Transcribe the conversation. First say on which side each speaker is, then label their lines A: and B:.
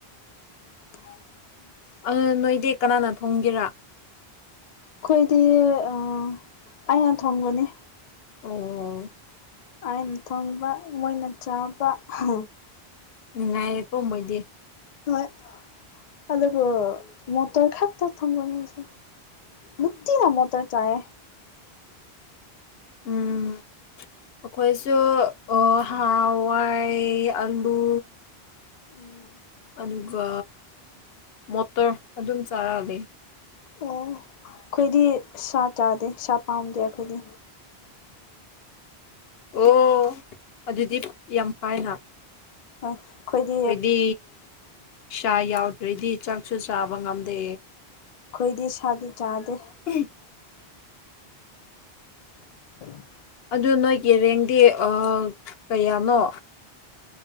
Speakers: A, on the left (about 55°); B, on the left (about 70°).
A: <inaudible>
B: ꯑꯗꯨ ꯅꯣꯏꯗꯤ ꯀꯅꯥꯅ ꯊꯣꯡꯒꯦꯔꯥ
A: ꯑꯩꯈꯣꯏꯗꯤ ꯑ ꯑꯩꯅ ꯊꯣꯡꯕꯅꯦ
B: ꯑꯣ
A: ꯑꯥꯏꯅ ꯊꯣꯡꯕ ꯃꯣꯏꯅ ꯆꯥꯕ ꯍ
B: ꯅꯨꯡꯉꯥꯏꯔꯦꯀꯣ ꯃꯣꯏꯗꯤ
A: ꯍꯣꯏ ꯑꯗꯨꯕꯨ ꯃꯣꯇꯔ ꯈꯛ ꯇ ꯊꯣꯡꯕꯅꯤ ꯑꯩꯁꯨ ꯅꯨꯡꯇꯤꯅ ꯃꯣꯇꯣꯔ ꯆꯥꯌꯦ <inaudible>
B: ꯎꯝ ꯑꯩꯈꯣꯏꯁꯨ ꯑꯣ ꯍꯥꯋꯥꯏ ꯑꯂꯨ
A: ꯎꯝ
B: ꯑꯗꯨꯒ ꯃꯣꯇꯣꯔ ꯑꯗꯨꯝ ꯆꯥꯔ ꯂꯩ
A: ꯑꯣ ꯈꯣꯏꯗꯤ ꯁꯥ ꯆꯥꯗꯦ ꯁꯥ ꯄꯥꯝꯗꯦ ꯑꯈꯣꯏꯗꯤ
B: ꯑꯣ ꯑꯗꯨꯗꯤ ꯌꯥꯝ ꯐꯥꯏꯅ
A: ꯑꯁ ꯈꯣꯏꯗꯤ
B: ꯈꯣꯏꯗꯤ ꯁꯥ ꯌꯥꯎꯗ꯭ꯔꯗꯤ ꯆꯥꯛꯁꯨ ꯆꯥꯕ ꯉꯝꯗꯦ
A: ꯈꯣꯏꯗꯤ ꯁꯥꯗꯤ ꯆꯥꯗꯦ
B: <unintelligible>
A: <inaudible>
B: ꯑꯗꯨ ꯅꯣꯏꯒꯤ ꯔꯦꯡꯗꯤ ꯑꯥ ꯀꯌꯥꯅꯣ